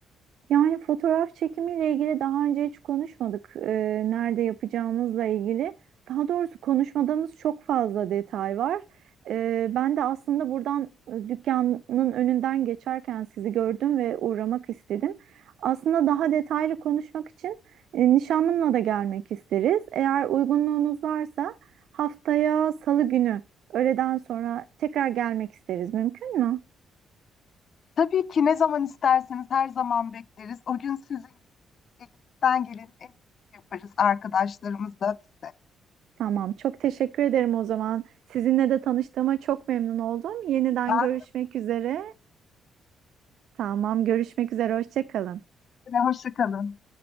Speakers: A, on the right (about 75°); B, on the left (about 55°).
A: Yani fotoğraf çekimiyle ilgili daha önce hiç konuşmadık. Ee, nerede yapacağımızla ilgili. Daha doğrusu konuşmadığımız çok fazla detay var. Ee, ben de aslında buradan e, dükkanın önünden geçerken sizi gördüm ve uğramak istedim. Aslında daha detaylı konuşmak için e, nişanlımla da gelmek isteriz. Eğer uygunluğunuz varsa haftaya Salı günü öğleden sonra tekrar gelmek isteriz. Mümkün mü?
B: Tabii ki ne zaman isterseniz her zaman bekleriz. O gün sizin elinizden gelenin en iyisini yaparız arkadaşlarımızla biz de.
A: Tamam, çok teşekkür ederim o zaman. Sizinle de tanıştığıma çok memnun oldum. Yeniden
B: Ben,
A: görüşmek üzere. Tamam, görüşmek üzere. Hoşça kalın.
B: hoşça kalın.